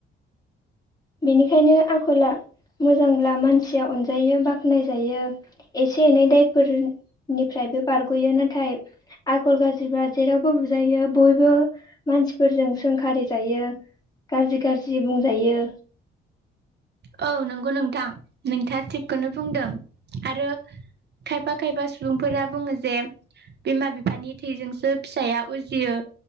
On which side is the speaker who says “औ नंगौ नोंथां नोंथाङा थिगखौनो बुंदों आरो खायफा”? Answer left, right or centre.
Right